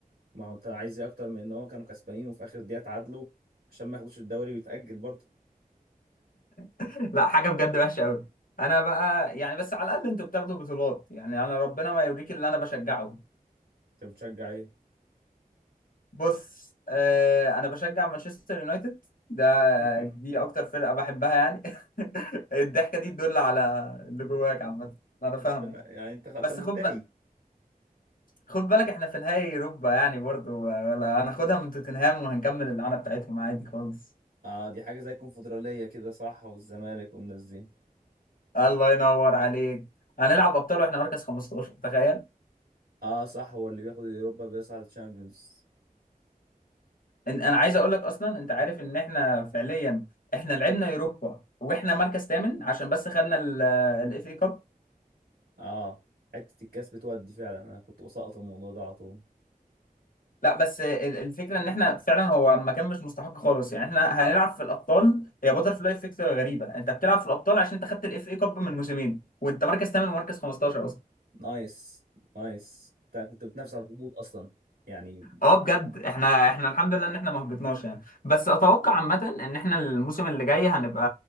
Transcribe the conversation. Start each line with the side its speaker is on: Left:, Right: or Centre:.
Right: ما هو انت عايز ايه اكتر من ان هو كانوا كسبانين وفي اخر دقيقه اتعادلوا عشان ما ياخدوش الدوري ويتاجل برضه
Left: <laughs> لا حاجة بجد وحشة قوي انا بقى يعني بس على الاقل انتوا بتاخدوا بطولات يعني انا ربنا ما يوريك اللي انا بشجعه
Right: انت بتشجع ايه
Left: بص آه انا بشجع مانشستر يونايتد ده
Right: <laughs>
Left: دي اكتر فرقة بحبها يعني <laughs> الضحكة دي تدل على اللي جواك عامة انا فاهمك
Right: انت الم- يعني انت انت
Left: بس
Right: منتهي
Left: خد خد بالك احنا في نهائي اوروبا يعني برضو ولا هناخدها من توتنهام وهنكمل اللعنه بتاعتهم عادي خالص
Right: اه دي حاجه زي الكونفدراليه كده صح والزمالك والناس دي
Left: الله ينور عليك هنلعب ابطال واحنا مركز 15 تخيل
Right: اه صح هو اللي بياخد اليوروبا بيصعد الشامبيونز
Left: ان انا عايز اقول لك اصلا انت عارف ان احنا فعليا احنا لعبنا اوروبا واحنا مركز ثامن عشان بس خدنا الاف اي كاب
Right: اه حته الكاس بتودي فعلا انا كنت بسقط الموضوع ده على طول
Left: لا بس ال- الفكره ان احنا فعلا هو ما كان مش مستحق خالص يعني احنا هنلعب في الابطال هي باتر فلاي افكت غريبه انت بتلعب في الابطال عشان انت خدت الاف اي كاب من موسمين وانت مركز ثامن ومركز 15
Right: نايس نايس انت كنت بتنافس على الهبوط اصلا يعني
Left: اه
Right: كنت
Left: بجد احنا احنا الحمد لله ان احنا ما هبطناش يعني بس اتوقع عامه ان احنا الموسم اللي جاي هنبقى